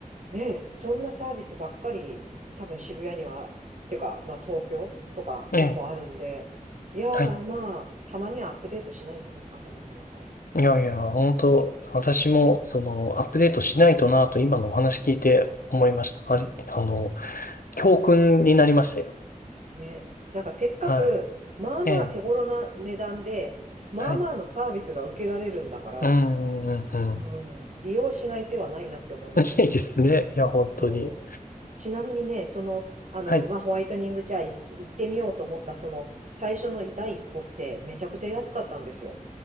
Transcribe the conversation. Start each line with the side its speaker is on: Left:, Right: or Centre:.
Right: ねえ、そんなサービスばっかり、多分渋谷には、てか、まあ東京とか結構あるんで、
Left: ええ。
Right: いやー、
Left: はい
Right: まあ、たまにはアップデートしないとね、頭の中。
Left: いやいや、本当私も、その、アップデートしないとなと、今のお話聞いて思いました。あれ、あの、
Right: も
Left: 教訓になりましたよ。
Right: うんね、なんかせっかく、
Left: はい。
Right: まあまあ手頃な値段で、
Left: ええ、
Right: まあまあのサービスが受けられるんだから、
Left: はい。うん、うん、うん。
Right: うん、利用しない手はないなって思いますよね。
Left: <laughs> いいですね。いや、本当に。
Right: そう。ちなみにね、その、あの、
Left: はい。
Right: まあ、ホワイトニングじゃあい行ってみようと思った、その、最初の第一歩ってめちゃくちゃ安かったんですよ。